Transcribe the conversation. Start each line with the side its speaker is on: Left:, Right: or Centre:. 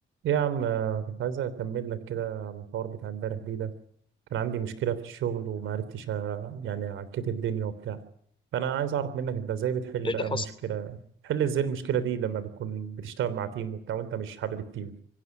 Right: إيه يا عم آه، كنت عايز اكمل لك كده على الحوار بتاع امبارح دي ده كان عندي مشكله في الشغل وما عرفتش آه، يعني عكيت الدنيا وبتاع فانا عايز اعرف منك انت ازاي بتحل
Left: ايه
Right: بقى
Left: اللي حصل
Right: المشكله بتحل ازاي المشكله دي لما بتكون بتشتغل مع تيم وبتاع وانت مش حابب التيم